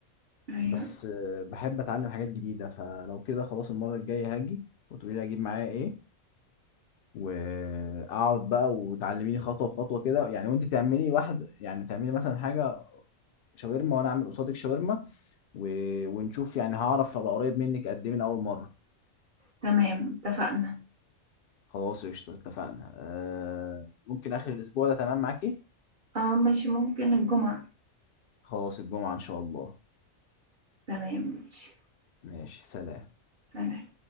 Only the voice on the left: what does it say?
بس آه، بحب اتعلم حاجات جديده فلو كده خلاص المره الجايه هاجي وتقولي لي اجيب معايا ايه واقعد بقى وتعلميني خطوه بخطوه كده يعني وانت تعملي واحد يعني تعملي مثلا حاجه شاورما وانا اعمل قصادك شاورما و... ونشوف يعني هعرف ابقى قريب منك قد ايه من اول مره
خلاص قشطه اتفقنا آه ممكن اخر الاسبوع ده تمام معاكي
خلاص الجمعه ان شاء الله
ماشي سلام